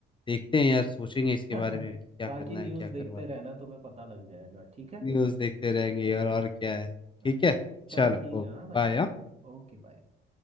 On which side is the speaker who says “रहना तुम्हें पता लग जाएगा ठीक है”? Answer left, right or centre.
Right